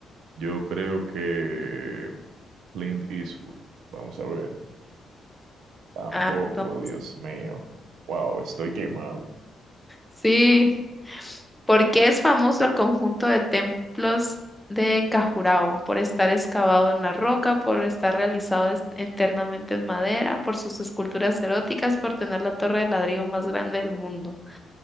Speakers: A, on the right; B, in the centre.
A: Yo creo que Clint Eastwood. Vamos a ver. Tampoco,
B: Ah, no.
A: Dios mío. Wow, estoy quemado.
B: Sí. ¿Por qué es famoso el conjunto de templos de Cajurao? Por estar excavado en la roca, por estar realizado es- eternamente en madera, por sus esculturas eróticas, por tener la torre de ladrillo más grande del mundo.